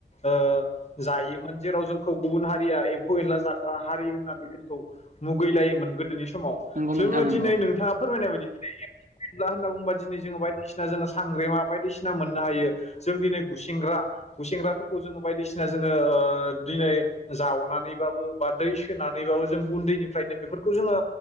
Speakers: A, on the left; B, on the right.
A: ओ जायोमोन जेराव जोंखौ गुबुन हारिया एम्फौ एनला जाग्रा हारि होननानै जोंखौ मुगैलायोमोन गोदोनि समाव
B: नंगौ
A: जोङो
B: नोंथां नंगौ
A: दिनै नोंथाङा फोरमायनाय बायदि अब्ला होनना <unintelligible> बुंङोबा दिनै जोङो बायदिसिना जोङो सांग्रेमा बायदिसिना मोननो हायो जों दिनै गुसेंग्रा गुसेेंग्राफोरखौ जोङो बायदिसिना जोङो ओ दिनै जावनानैबाबो बा दै सोनानैबाबो जों उन्दैनिफ्रायनो बेफोरखौ जोङो